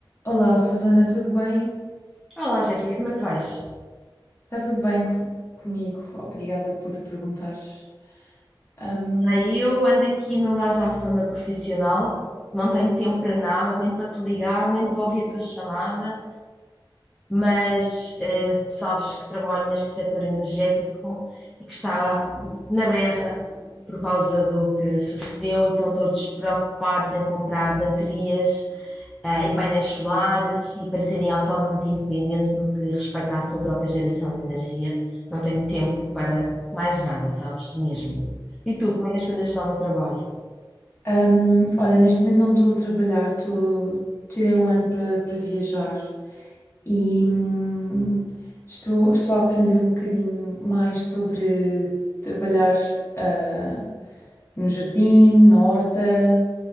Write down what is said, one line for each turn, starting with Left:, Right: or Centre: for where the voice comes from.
Left: Olá, Susana, tudo bem?
Centre: Olá, Jéssica, como é que vais?
Left: Está tudo bem co- comigo? Obrigada por perguntares. Ahm,
Centre: Já eu ando aqui numa azáfama profissional, não tenho tempo para nada, nem para te ligar, nem devolver a tua chamada. mas eh, tu sabes que trabalho neste setor energético e que está na berra por causa do que sucedeu e estão todos preocupados em comprar baterias eh, e painéis solares e para serem autónomos e independentes no que respeita à sua própria geração de energia. Não tenho tempo para mais nada, sabes? Mesmo. E tu, como é que as coisas vão no trabalho?
Left: ahm, olha, neste momento não estou a trabalhar, tô- tirei um ano para para viajar e hum, estou, estou a aprender um bocadinho mais sobre trabalhar ah, no jardim, na horta.